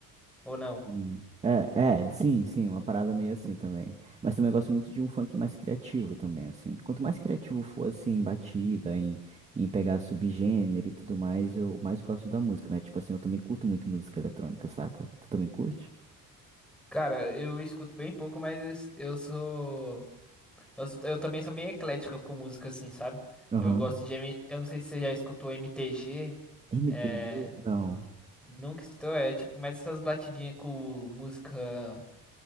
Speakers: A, in the centre; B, on the right (about 20°).
A: Ou não?
B: Hum. É, é, sim, sim, uma parada meio assim também. Mas também eu gosto muito de um funk mais criativo também, assim. Quanto mais criativo for, assim, em batida, em, em pegar subgênero e tudo mais, eu mais gosto da música, né? Tipo assim, eu também curto muito música eletrônica, saca? Tu também curte?
A: Cara, eu escuto bem pouco, mas eu sou. Eu, sou- eu também sou meio eclético com música, assim, sabe?
B: Aham.
A: Eu gosto de. M- Eu não sei se você já escutou MTG.
B: MPB?
A: É.
B: Não.
A: Nunca escutou, é tipo mais essas batidinhas com música.